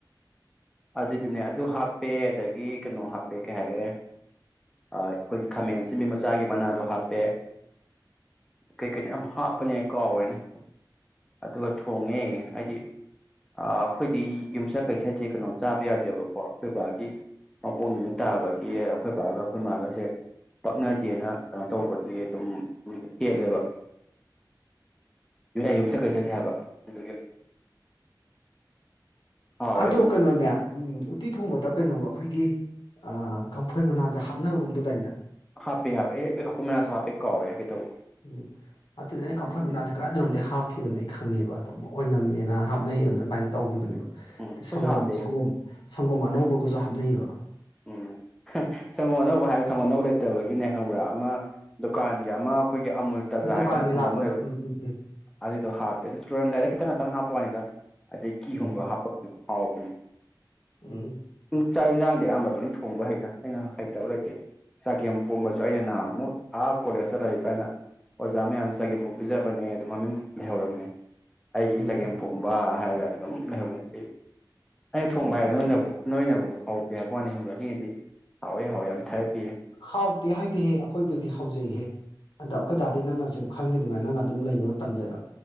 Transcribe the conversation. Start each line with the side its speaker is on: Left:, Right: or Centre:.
Centre: ꯑꯗꯨꯏꯗꯨꯅꯦ ꯑꯗꯨ ꯍꯥꯞꯄꯦ ꯑꯗꯒꯤ ꯀꯩꯅꯣ ꯍꯥꯞꯄꯦ ꯀꯩ ꯍꯥꯏꯈꯔꯦ ꯑꯩꯈꯣꯏꯒꯤ ꯈꯥꯃꯦꯟ ꯑꯁꯤꯤꯟꯕꯤ ꯃꯆꯥꯒꯤ ꯃꯅꯥꯗꯣ ꯍꯥꯞꯄꯦ ꯀꯩ ꯀꯩꯅꯣ ꯌꯥꯝ ꯍꯥꯞꯄꯅꯦ ꯀꯥꯎꯔꯦꯅꯦ ꯑꯗꯨꯒ ꯊꯣꯡꯉꯦ ꯍꯥꯏꯗꯤ ꯑꯩꯈꯣꯏꯗꯤ ꯌꯨꯝꯁꯀꯩ ꯁꯩꯠꯇꯦ ꯀꯩꯅꯣ ꯆꯥꯕ ꯌꯥꯗꯦꯕꯀꯣ ꯑꯩꯈꯣꯏ ꯕꯥꯒꯤ ꯃꯄꯣꯛ ꯅꯨꯃꯤꯠ ꯇꯥꯕꯒꯤ ꯑꯩꯈꯣꯏ ꯕꯥꯒ ꯑꯩꯈꯣꯏ ꯃꯥꯒꯁꯦ ꯄꯛꯅꯗꯦꯅ ꯀꯩꯅꯣ ꯇꯧꯕꯒꯤ ꯑꯗꯨꯝ ꯍꯦꯜꯂꯦꯕ ꯌꯨꯝꯁꯩꯀꯩ ꯁꯩꯠꯁꯦ ꯍꯥꯏꯕ ꯑꯗꯨꯒꯤ ꯍꯥꯎꯋꯦ
Left: ꯑꯗꯣ
Centre: ꯑꯗꯨꯝ
Left: ꯀꯩꯅꯣꯅꯦ ꯎꯝ ꯎꯠꯇꯤ ꯊꯣꯡꯕꯗ ꯀꯩꯅꯣꯒ ꯑꯩꯈꯣꯏꯒꯤ ꯀꯝꯐꯣꯏ ꯃꯅꯥꯁꯦ ꯍꯥꯞꯅꯕꯒꯨꯝ ꯇꯧꯗꯥꯏꯅꯦ
Centre: ꯍꯥꯄꯦ ꯍꯥꯄꯦ ꯀꯄꯑꯣꯏ ꯃꯅꯁꯥ ꯍꯥꯄꯦ ꯀꯥꯎꯋꯥꯋ ꯌꯥ ꯀꯦ ꯇꯧꯕ
Left: ꯎꯝ ꯑꯗꯨꯅꯦ ꯑꯩꯅ ꯀꯝꯐꯣꯏ ꯃꯅꯥꯁꯦ ꯀꯗꯥꯏꯗꯅꯣꯝꯗꯤ ꯍꯥꯞꯈꯤꯕꯅ ꯑꯩ ꯈꯪꯉꯦꯕ ꯑꯗꯨ ꯑꯣꯏꯅꯝꯃꯦꯅ ꯍꯥꯞꯅꯩꯕꯅ ꯑꯗꯨꯃꯥꯏꯅ ꯇꯧꯈꯤꯕꯅꯦꯕ
Centre: ꯎꯝ ꯑꯩꯈꯣꯏꯁꯨ
Left: ꯁꯪꯒꯣꯝ
Centre: ꯍꯥꯞꯄꯦ
Left: ꯁꯪꯒꯣꯝ ꯁꯪꯒꯣꯝ ꯑꯅꯧꯕꯧꯕꯒꯖꯨ ꯅꯕ <unintelligible>
Centre: <unintelligible> ꯐꯠꯇꯕꯒꯤꯅꯦ ꯈꯪꯕ꯭ꯔꯥ ꯑꯃ ꯗꯨꯀꯥꯟꯒꯤ ꯑꯃ ꯑꯩꯈꯣꯏꯒꯤ ꯑꯃꯨꯜ ꯇꯖꯥ
Left: ꯗꯨꯀꯥꯟꯒꯤ
Centre: ꯍꯥꯏꯅ ꯁꯪꯒꯣꯝ
Left: ꯂꯥꯛꯄꯗꯣ
Centre: ꯑꯃ ꯂꯩꯕ
Left: ꯎꯝ ꯎꯝ
Centre: ꯑꯗꯨꯏꯗꯣ ꯍꯥꯞꯄꯦ ꯑꯗꯨ ꯂꯣꯏꯔꯝꯗꯥꯏꯗ ꯈꯥꯠꯇ ꯈꯥꯠꯇ ꯍꯥꯄꯋ꯭ꯅꯤꯗ ꯑꯗꯩ ꯘꯤꯒꯨꯝꯕ
Left: ꯎꯝ
Centre: ꯍꯥꯞꯄ <unintelligible>
Left: ꯎꯝ ꯎꯝ
Centre: ꯆꯥꯛ ꯏꯟꯁꯥꯡꯗꯤ ꯑꯌꯥꯝꯕ ꯂꯣꯏ ꯊꯣꯡꯕ ꯍꯩꯇꯦ ꯑꯩꯅ ꯍꯩꯇꯕ ꯂꯩꯇꯦ ꯆꯒꯦꯝ ꯄꯣꯝꯕꯁꯨ ꯑꯩꯅ ꯅꯍꯥꯟ ꯑꯃꯨꯛ ꯑꯥ ꯀꯣꯂꯦꯖꯇ ꯂꯩꯔꯤ ꯀꯥꯟꯗ ꯑꯣꯖꯥ ꯃꯌꯥꯝ ꯆꯒꯦꯝ ꯄꯣꯝ ꯄꯤꯖꯕꯅꯦ ꯑꯗꯨ ꯃꯃꯤꯡ ꯂꯩꯍꯧꯔꯕꯅꯦ ꯑꯩꯒꯤ
Left: ꯎꯝ
Centre: ꯆꯒꯦꯝ ꯄꯣꯝꯕ ꯍꯥꯏꯔꯒ ꯑꯗꯨꯝ ꯂꯩꯍꯧꯅꯤ ꯑꯩ ꯑꯩꯅ ꯊꯣꯡꯕ ꯍꯥꯏꯔꯦ ꯅꯣꯏꯅꯕꯨ ꯅꯣꯏꯅꯕꯨ ꯍꯧꯗꯦ ꯍꯥꯏꯕ ꯋꯥꯅꯤ ꯍꯧꯗꯛꯔꯤꯉꯩꯗꯤ ꯍꯥꯎꯋꯦ ꯍꯥꯎꯏ ꯌꯥꯝ ꯊꯥꯏꯠ
Left: ꯍꯥꯎꯇꯦ ꯍꯥꯏꯗꯤꯍꯦ ꯑꯈꯣꯏꯕꯨꯗꯤ ꯍꯥꯎꯖꯩꯍꯦ ꯑꯗ ꯑꯈꯣꯏ ꯗꯥꯗꯤ ꯅꯪꯅꯁꯨ ꯈꯪꯉꯤꯗꯨꯉꯥꯏ ꯅꯪꯅ ꯑꯗꯨꯝ ꯂꯩꯕ ꯃꯇꯝꯗ